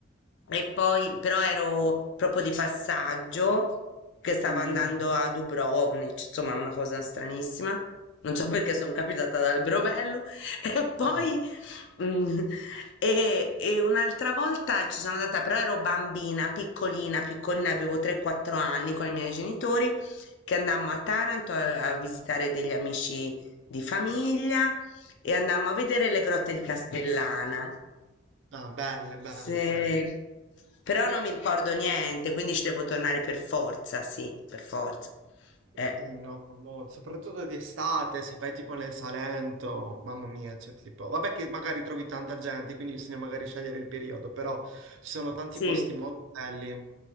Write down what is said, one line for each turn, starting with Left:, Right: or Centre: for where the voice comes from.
Left: e poi, però ero proprio di passaggio che stavo
Right: mm,
Left: andando a Dubrovnik, insomma, una cosa stranissima. Non so perché sono capitata ad Alberobello <laughs> e poi
Right: vabbè.
Left: Mm. E, e un'altra volta ci sono andata, però ero bambina, piccolina, piccolina, avevo 3-4 anni con i miei genitori, che andammo a Taranto a, a visitare degli amici di famiglia e andammo a vedere le grotte di Castellana.
Right: Ah, belle,
Left: Se-
Right: belle, belle.
Left: Però non mi ricordo niente, quindi ci devo tornare per forza, sì, per forza. Eh,
Right: Sì, no, mo- soprattutto di estate, se vai tipo nel Salento, mamma mia, c'è tipo... Vabbè che magari trovi tanta gente, quindi bisogna magari scegliere il periodo, però ci sono tanti
Left: sì,
Right: posti molto belli.